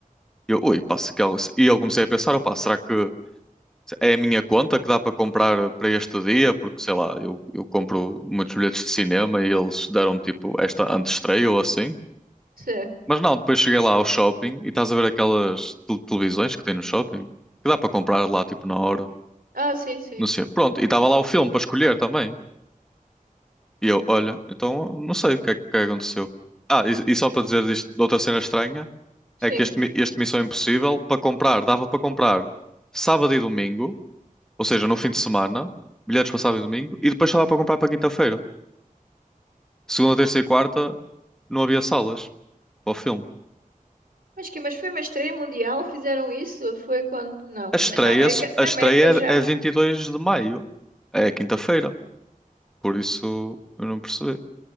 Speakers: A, in the centre; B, on the right (about 85°).
A: E Eu, ui, passa que algo. E eu comecei a pensar, opá, será que é a minha conta que dá para comprar para este dia, porque sei lá, eu, eu compro muitos bilhetes de cinema e eles deram-me tipo esta antestreia ou assim.
B: Sim.
A: Mas não, depois cheguei lá ao shopping e estás a ver aquelas te- televisões que tem no shopping, que dá para comprar lá tipo na hora,
B: Ah, sim, sim.
A: não sei. Pronto, e estava lá o filme para escolher também. E eu, olha, então não sei o que é que aconteceu. Ah, e, e só para dizer disto, de outra cena estranha,
B: Sim.
A: é que este, mi- este Missão Impossível, para comprar, dava para comprar sábado e domingo Ou seja, no fim de semana, bilhetes para sábado e domingo, e depois só dá para comprar para quinta-feira. Segunda, terça e quarta não havia salas para o filme.
B: Mas que, mas foi uma estreia mundial? Fizeram isso? Foi quando? Não.
A: A estreia,
B: Na na América,
A: a
B: na
A: estreia
B: América já.
A: é é 22 de maio, é quinta-feira, por isso eu não percebi.